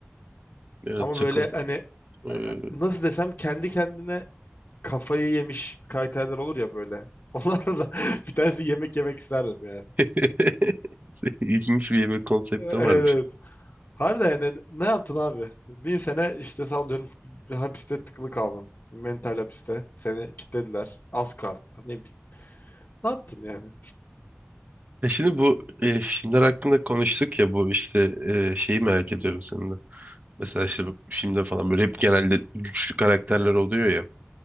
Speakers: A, on the right (about 35°); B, on the left (about 45°).
A: Ya
B: Ama
A: takıl.
B: böyle hani
A: Ee,
B: e, nasıl desem kendi kendine kafayı yemiş karakterler olur ya böyle. <laughs> Onlarla da bir tanesi yemek yemek isterdim yani.
A: <laughs> İlginç bir yemek konsepti
B: <laughs> Evet. evet.
A: varmış.
B: Harbiden yani ne yaptın abi? Bin sene işte sallıyorum bir hapiste tıkılı kaldın. Mental hapiste. Seni kilitlediler. Az kaldı. Ne bileyim. Ne yaptın yani?
A: Ya şimdi bu e, filmler hakkında konuştuk ya bu işte e, şeyi merak ediyorum senin de. Mesela işte bu filmde falan böyle hep genelde güçlü karakterler oluyor ya.